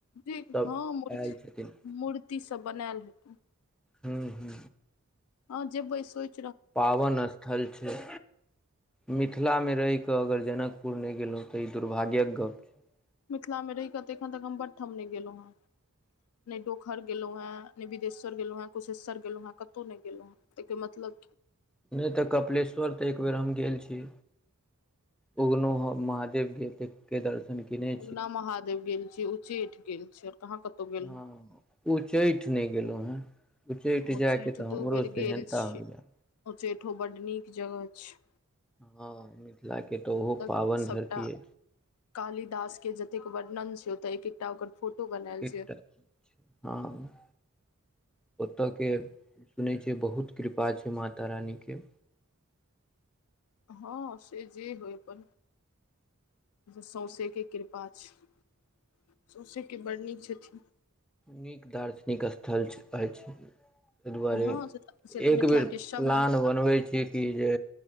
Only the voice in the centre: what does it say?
सब
आयल छथिन।
हूँ हू।
पावन स्थल छै मिथिलामे रहिकऽ अगर जनकपुर नहि गेलहुँ तऽ ई दुर्भाग्यक गप छै
नहि त कपिलेश्वर त एक बेेर हम गेल छी। उगनो महादेव गेलत के दर्शन किने
हँ उच्चैठ ने गेलों हे उचैठ
जाय के ते
हमरो
सेहन्ता
होययै
हँ मिथिलाे तऽ ओहो
पाबनि
धरतीे
एक
एक हँ ओतऽके सुनै छियै बहुत कृपा छै माता रानीके
नीक दार्शनिक अस्थल अछि अई दुआरे
एक
बेर
प्लान बनबै छी कि जे